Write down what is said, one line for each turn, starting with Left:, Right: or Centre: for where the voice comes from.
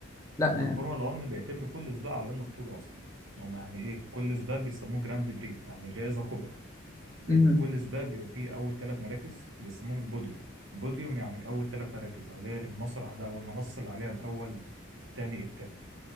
Left: لا
Right: هما
Left: يعني
Right: الفورمولا 1 بيعتبروا كل سباق على إنه بطولة أصلا هما يعني إيه كل سباق بيسموه جراند بري يعني جائزة كبرى لأن
Left: امم
Right: كل سباق بيبقى فيه أول ثلاث مراكز بيسموهم البوديوم بوديوم يعني أول ثلاث مراكز أو اللي هي المسرح ده أو المنصة اللي عليها الأول الثاني الثالث